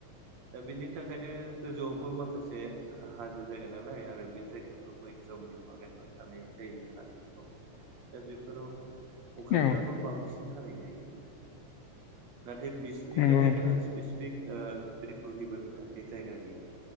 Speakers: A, on the right; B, on the left.
A: दा बिनि थाखायनो गोजौआवबो माखासे आ हाजो जायगा नालाय आरो बे जायगायावथ' मैखोम बिफां लाइफां थानाय जायो हाजोफ्राव दा बेफोराव अखाफोराबो
B: औ
A: बांसिन हानाय जायो। नाथाय बिसोरनि
B: नंगौ
A: थाखाय
B: नोंथां
A: जोंहा स्पि <unintelligible> ओ दै बहैबोनो थाखाय जायगा गैया